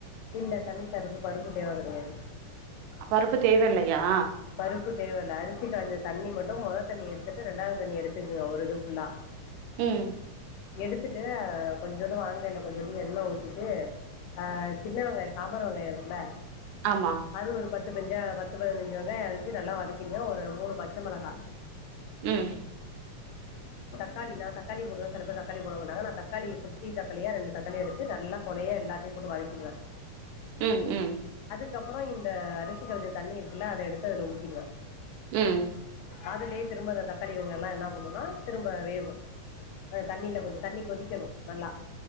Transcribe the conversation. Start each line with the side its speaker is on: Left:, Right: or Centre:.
Left: இல்ல தனிசாறுக்கு பருப்பு தேவ கெடையாது
Right: பருப்பு தேவ இல்லயா
Left: பருப்பு தேவ இல அரிசி காஞ்ச தண்ணி மட்டோ மொத தண்ணி எடுத்து ரெண்டாவது தண்ணி எடுத்துகுங்க ஒரு இது ஃபுல்லா
Right: உம்
Left: எடுத்துட்டு கொஞ்சோ வானிலைல கொஞ்சோட எண்ண ஊத்திட்டு ஆ சின்ன வெங்காயோ சாம்பார் வெங்காயோ இருக்குல
Right: ஆமா
Left: அது ஒரு பத்து பெஞ்சா பத்து பதினஞ்சு வெங்காயோ அறிஞ்சு நல்லா வதக்கிங்க ஒரு மூணு பச்ச மெளகா
Right: உம்
Left: தக்காளி நா தக்காளி போடுவ சில பேர் தக்காளி போட மாட்டாங்க நா தக்காளி குட்டி தக்காளியா ரெண்டு தக்காளிய எடுத்து நல்ல கொழையா எல்லாத்தையு போட்டு வதக்கிடுவ
Right: உம் உம்
Left: அது அப்பறோ இந்த அரிசி களஞ்ச தண்ணி இருக்கு இல்ல அத எடுத்து அதுல ஊத்திடுவ
Right: உம்
Left: அதுலே திரும்ப தக்காளி வெங்காய எல்லா என்ன பண்ணுனா திரும்ப வேகு தண்ணியில கொஞ்சோ தண்ணி கொதிக்கணு நல்லா